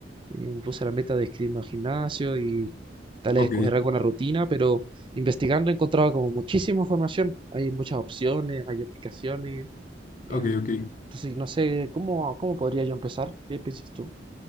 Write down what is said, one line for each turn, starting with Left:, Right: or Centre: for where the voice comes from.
Right: Eh, me puse la meta de inscribirme al gimnasio y tal vez
Left: Ok,
Right: escoger alguna rutina, pero investigando he encontrado como muchísima información. Hay muchas opciones, hay aplicaciones. em,
Left: ok, ok.
Right: entonces, no sé, ¿cómo, cómo podría yo empezar? ¿Qué piensas tú?